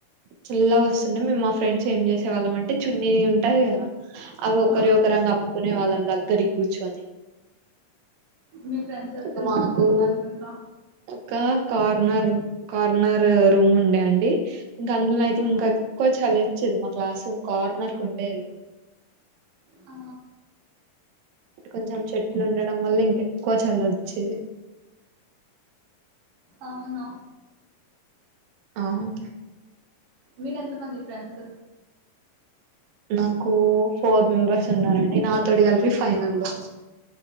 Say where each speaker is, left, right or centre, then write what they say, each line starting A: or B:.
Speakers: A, on the right; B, on the right.
A: చల్లగొస్తుంటే మేము మా ఫ్రెండ్స్ ఏం చేసే వాళ్ళం అంటే చున్నీ ఉంటాది కదా అ
B: హా
A: ఒకరివి ఒకరం కప్పుకునే వాళ్ళం దగ్గరికి కూర్చొని
B: మీ ఫ్రెండ్ సర్కిల్
A: ఒక మాకు
B: మంచిగా ఉందనుకుంటా
A: ఒక కార్నర్ కార్నర్ రూమ్ ఉండే అండి. ఇంక అందులో అయితే
B: హా
A: ఇంకా ఎక్కువ చలోచ్చేది. మా క్లాస్ రూమ్ కార్నర్ కి ఉండేది
B: ఆ
A: ఇటు కొంచెం చెట్లు ఉండడం వల్ల ఇంకెక్కువ చలోచ్చేది
B: అవునా
A: అవును
B: మీరెంత మంది ఫ్రెండ్స్?
A: నాకు ఫోర్ మెంబెర్స్ ఉన్నారండి నాతోటి కలిపి ఫైవ్ మెంబెర్స్